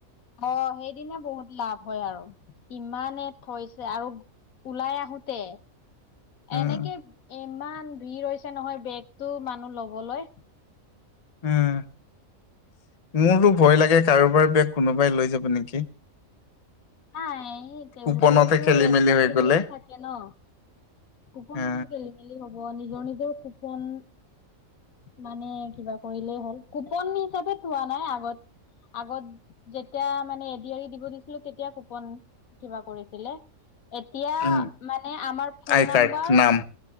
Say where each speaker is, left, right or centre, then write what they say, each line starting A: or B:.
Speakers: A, on the left; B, on the left.
A: অ সেইদিনা বহুত লাভ হয় আৰু কিমানে থৈছে আৰু ওলাই আহোতে
B: উম
A: এনেকে ইমান ভিৰ হৈছে নহয় বেগতটো মানুহ লবলৈ
B: উম মোৰতো ভয় লাগে কাৰোবাৰ বেগ কোনোবাই লৈ যাব নেকি
A: নাই তেওঁলোকৰোতো
B: কুপনতে খেলি
A: ৰেচপনচিবিলিটি
B: মেলি হৈ গ'লে
A: থাকে ন কুপন
B: এ
A: ক খেলি মেলি হ'ব নিজৰ নিজৰ কুপন মানে কিবা কৰিলেই হ'ল কোপন হিচাপে থোৱা নাই আগত আগত যেতিয়া মানে এদি এৰি দিব দিছিলো তেতিয়া কুপন কিবা কৰিছিলে। এতিয়া
B: উম
A: মানে আমাৰ ফোন
B: আই
A: নম্বৰ
B: কাৰ্ড নাম